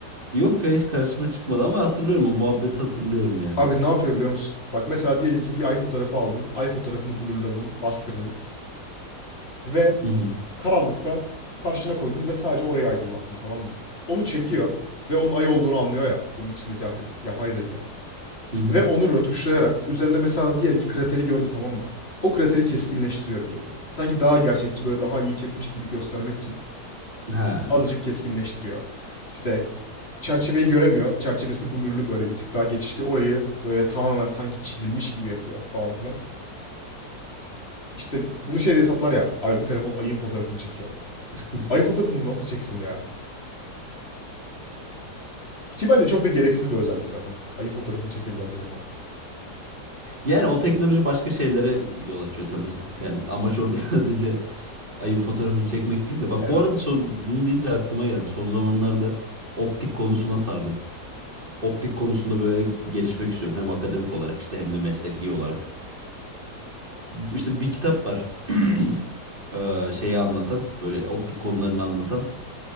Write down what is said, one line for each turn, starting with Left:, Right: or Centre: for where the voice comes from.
Right: Yok ya hiç karşıma çıkmadı ama hatırlıyorum o muhabbeti hatırlıyorum yani.
Left: Abi ne yapıyor biliyor musun? Bak mesela diyelim ki bir ay fotoğrafı aldın. Ay fotoğrafını blurladın, bastırdın ve
Right: Hı hı.
Left: karanlıkta karşına koydun ve sadece orayı aydınlattın tamam mı? Onu çekiyor ve onun ay olduğunu anlıyor ya bunun içindeki artık yapay zeka.
Right: Hı hı.
Left: Ve onu rötuşlayarak üzerinde mesela diyelim ki krateri gördü tamam mı? O krateri keskinleştiriyor bir yerini. Sanki daha gerçekçi böyle daha iyi çekmiş gibi göstermek için
Right: Ha.
Left: azıcık keskinleştiriyor. İşte çerçeveyi göremiyor. Çerçevesi blurlu böyle bir tık daha geçişli. Orayı böyle tamamen sanki çizilmiş gibi yapıyor falan filan. İşte bunu şey diye satlar ya. Abi bu telefon ayın fotoğrafını çekiyor.
Right: <laughs>
Left: Ayın fotoğrafını nasıl çeksin ya? Ki bence çok da gereksiz bir özellik zaten. Ayın fotoğrafını çekebilen telefon.
Right: Yani o teknoloji başka şeylere yol açıyor tabii. Yani amaç orada <laughs> sadece ayın fotoğrafını çekmek değil de. Bak
Left: Evet.
Right: bu arada son, bunu deyince aklıma geldi. Son zamanlarda optik konusuna sardım. Optik konusunda böyle gelişmek istiyorum. Hem akademik olarak işte hem de mesleki olarak. Bu- İşte bir kitap var. <clears throat> Eee, şeyi anlatan böyle optik konularını anlatan.